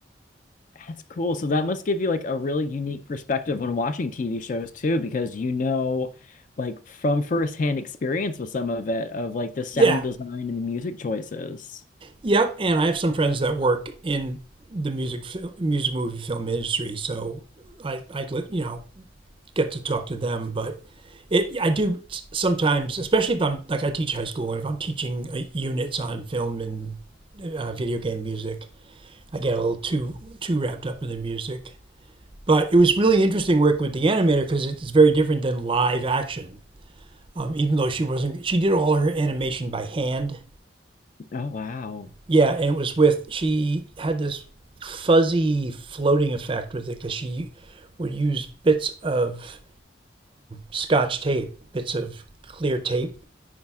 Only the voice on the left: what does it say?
That's cool. So that must give you like a really unique perspective when watching TV shows too, because you know like from firsthand experience with some of it of like the sound
design and the music choices.
Oh wow.